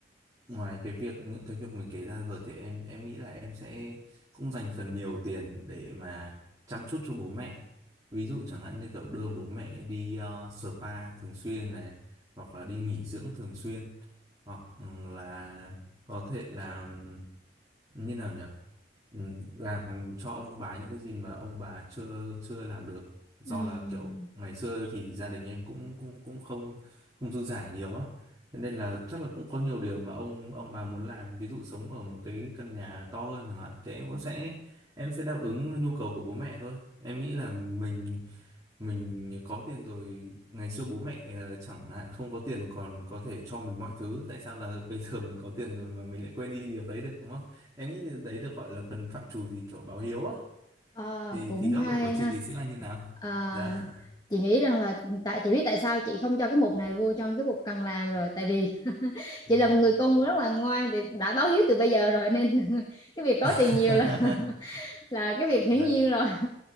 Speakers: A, on the right; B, on the left.
A: ngoài cái việc những cái việc mình kể ra rồi thì em em nghĩ là em sẽ cũng dành phần nhiều tiền để mà chăm chút cho bố mẹ ví dụ chẳng hạn như kiểu đưa bố mẹ đi ờ, spa thường xuyên này hoặc là đi nghỉ dưỡng thường xuyên hoặc ừ, là có thể là ừm, như nào nhỉ Ừm, làm cho ông bà những cái gì mà ông bà chưa chưa làm được do
B: Ừm,
A: là kiểu ngày xưa thì gia đình em cũng cũng cũng không không dư dả nhiều á Thế nên là chắc là cũng có nhiều điều mà ông ông bà muốn làm ví dụ sống ở một cái căn nhà to hơn chẳng hạn thì em cũng sẽ em sẽ đáp ứng nhu cầu của bố mẹ thôi em nghĩ là mình mình có tiền rồi ngày xưa bố mẹ ờ, chẳng hạn không có tiền còn có thể cho mình mọi thứ tại sao là <laughs> bây giờ mình có tiền rồi mà mình lại quên đi điều đấy được đúng không em nghĩ đấy được gọi là phần phạm trù gì kiểu báo hiếu á
B: à,
A: thì
B: cũng
A: thì góc
B: hay
A: độ của chị
B: ha
A: thì sẽ là như nào
B: À,
A: dạ
B: chị nghĩ rằng là tại chị biết tại sao chị không cho cái mục này vô trong cái mục cần làm rồi tại vì
A: <laughs>
B: chị là một người con rất là ngoan thì đã báo hiếu từ bây giờ rồi nên <laughs> cái việc có
A: dạ
B: tiền nhiều là là cái việc hiển
A: dạ
B: nhiên rồi